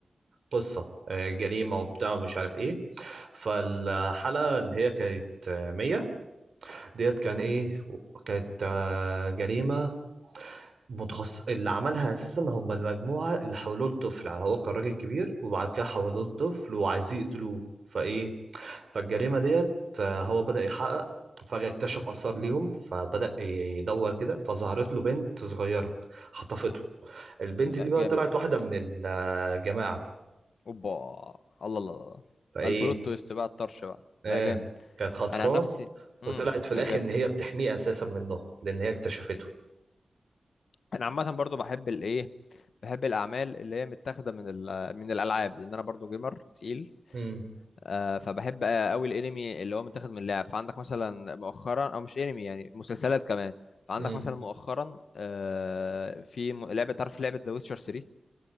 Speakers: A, on the right (about 70°); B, on the left (about 85°).
A: بقصة آه، جريمة وبتاع مش عارف إيه فالحلقة اللي هي كانت آه، 100 ديت كان إيه كانت آه، جريمة متخصص اللي عملها أساسا هم المجموعة اللي حولوه لطفل يعني هو كان راجل كبير وبعد كده حولوه لطفل وعايزين يقتلوه فإيه فالجريمة ديت آه، هو بدأ يحقق فجأة اكتشف آثار ليهم فبدأ يدور كده فظهرت له بنت صغيرة خطفته البنت
B: لا
A: دي بقى
B: جامد
A: طلعت واحدة من الجماعة
B: اوبا الله الله الله
A: فإيه
B: البلوت تويست بقى الطرش بقى
A: آه
B: لا جامد
A: كانت خاطفاه
B: انا عن نفسي
A: وطلعت
B: امم
A: في
B: لا
A: الآخر
B: جامد
A: إن هي بتحميه أساسا منه لأن هي اكتشفته
B: انا عامة برضو بحب الايه بحب الاعمال اللي هي متاخده من ال- من الالعاب لان انا برضو جيمر تقيل
A: امم
B: آه، فبحب آه، قوي الانمي اللي هو متاخد من اللعب فعندك مثلا مؤخرا او مش انمي يعني مسلسلات كمان فعندك
A: امم
B: مثلا مؤخرا آه، في م- لعبه تعرف لعبه ذا ويتشر 3